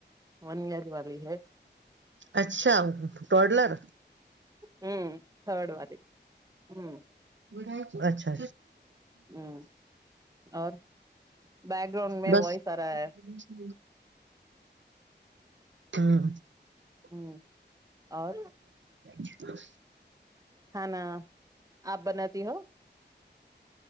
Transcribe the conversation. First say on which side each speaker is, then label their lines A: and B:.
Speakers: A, on the right; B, on the right.
A: ون ایئر والی ہے
B: اچھا ٹلر
A: ہوں تھرڈ وار ہوں
B: اچھا اچھا
A: ہوں اور بیک گراؤنڈ میں
B: بس
A: وائس آ رہا ہے
B: ج <unintelligible>
A: ہوں اور
B: اسکول میں <unintelligible>
A: کھانا آپ بناتی ہو